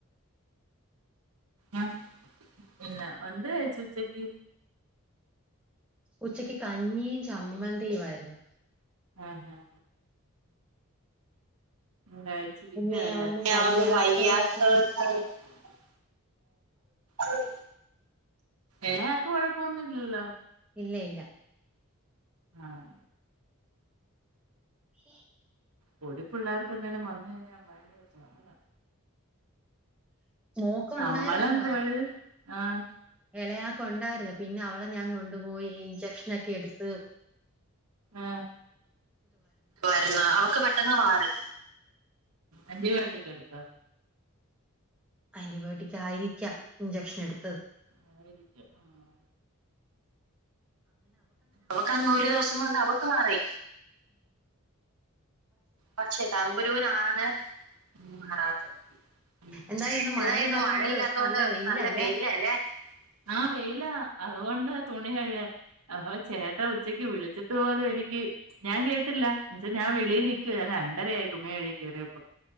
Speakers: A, on the right (about 85°); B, in the centre.
A: ആ പിന്ന എന്ത്‌ കഴിച്ച് ഉച്ചക്ക്
B: ഉച്ചക്ക് കഞ്ഞിയും ചമ്മന്തിയുമായിരുന്നു
A: ആഹ് അഹ് <unintelligible> കഴിച്ചിരിക്കുവാ
B: പിന്നെ
A: അല്ലേ
B: ഒന്നും വയ്യാത്തോർക്ക്
A: ഇന്ന് വയ്യാത്തത് കൊണ്ട് <unintelligible> ഉം ഇളെയാക്ക് കുഴപ്പൊന്നില്ലല്ലോ
B: ഇല്ല ഇല്ല
A: ആഹ്
B: ഹ
A: പൊടി പിള്ളേർക്കെന്തേലും വന്ന് കഴിഞ്ഞാൽ ഭയങ്കര <unintelligible>
B: മോക്കുണ്ടായിരുന്നെടാ.
A: നമ്മളും കൊഴയും ആഹ്
B: ഇളയാക്ക് ഉണ്ടായിരുന്നു പിന്നെ അവളെ ഞാൻ കൊണ്ടുപോയി ഇഞ്ചക്ഷനൊക്കെ എടുത്ത്
A: ആഹ് വരുന്ന അവക്ക് പെട്ടെന്ന് മാറി ആന്റി ബയോട്ടിക് എടു ത്ത.
B: ആന്റിബയോട്ടിക് ആയിരിക്കാം ഇഞ്ചെക്ഷൻ എടുത്തത്
A: ആയിരിക്കാം ആഹ് അവക്കങ്ങ് ഒരു ദിവസം കൊണ്ട് അവക്ക് മാറി പക്ഷെ തമ്പുരൂനാണ് മാറാത്തത് ഉം
B: എന്തായാലും ഇന്ന്
A: എന്തായിന്ന്
B: മഴയില്ലാത്തോണ്ട്
A: മഴയില്ലാത്ത കൊണ്ട്
B: വെയിലാല്ലേ?
A: നല്ല വെയില അല്ലേ ആഹ് വെയിലാ അതുകൊണ്ടാ തുണി കഴിയ അപ്പൊ ചേട്ട ഉച്ചക്ക് വിളിച്ചിട്ട് പോലും എനിക്ക് ഞാൻ കേട്ടില്ല എന്ന് വെച്ച ഞാൻ വെളിയിനി ക്കുവാ ഞാൻ രണ്ടരയായി തുണി കഴുഴകി കയറിയപ്പൊ